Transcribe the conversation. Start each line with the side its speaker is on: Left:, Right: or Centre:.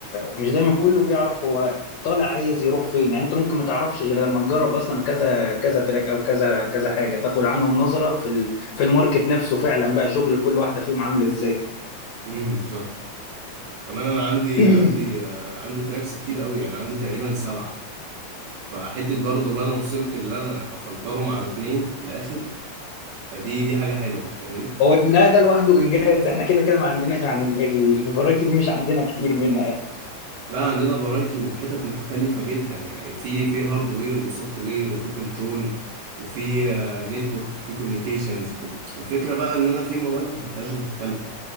Left: مش دايما كله بيعرف هو طالع عايز يروح فين يعني انت ممكن ما تعرفش غير لما تجرب اصلا كذا كذا تراك او كذا كذا حاجه تاخد عنهم نظره في ال... في الماركت نفسه فعلا بقى شغل كل واحده فيهم عامل ازاي
Right: امم بالظبط كمان انا عندي
Left: <clears throat>
Right: عندي آه، عندي تراكس كتير قوي يعني عندي تقريبا سبعة فحتة برضو اللي انا وصلت اللي انا افلترهم على اتنين في الاخر فدي دي حاجة حلوة فاهمني
Left: هو لا ده لوحده انجاز احنا كده كده ما عندنا يعني الفرايتي دي مش عندنا كتير منها يعني
Right: لا عندنا فرايتي وفي حتت مختلفة جدا يعني في في هاردوير وسوفت وير وفي كنترول وفي نتورك وفي كوميونيكيشنز وفي... الفكرة بقى ان انا في مواد ما خدتهاش غير في تالتة